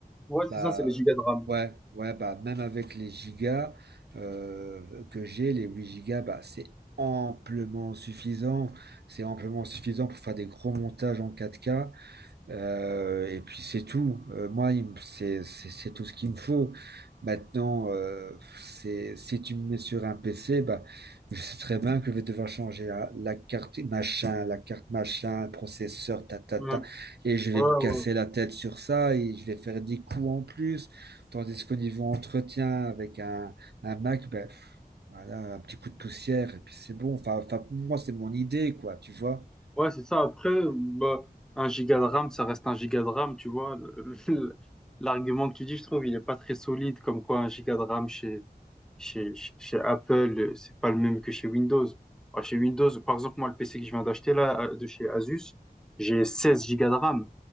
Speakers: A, in the centre; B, on the right.
A: Ouais,
B: Bah,
A: c'est ça, c'est les gigas de RAM.
B: ouais, ouais, bah, même avec les gigas euh, que j'ai, les 8 gigas, bah, c'est amplement suffisant. C'est amplement suffisant pour faire des gros montages en quatre k euh, et puis c'est tout. Euh, moi, il me- c'est c'est- c'est tout ce qu'il me faut. Maintenant, euh, c'est, si tu me mets sur un PC, bah, je sais très bien que je vais devoir changer la, la carte machin, la carte machin, processeur, ta, ta,
A: Mm.
B: ta, et je vais
A: Ouais,
B: me casser
A: ouais.
B: la tête sur ça et je vais faire des coups en plus. Tandis qu'au niveau entretien avec un, un Mac, ben, pff, voilà, un petit coup de poussière et puis c'est bon. Enfin, enfin, pour moi, c'est mon idée, quoi, tu vois.
A: Ouais, c'est ça. Après, bah, un giga de RAM, ça reste un giga de RAM, tu vois. Le- le- L'argument que tu dis, je trouve, il est pas très solide, comme quoi un giga de RAM chez, chez, chez chez Apple, euh, c'est pas le même que chez Windows. Bah, chez Windows, par exemple, moi, le PC que je viens d'acheter là, euh, de chez Asus, j'ai 16 gigas de RAM.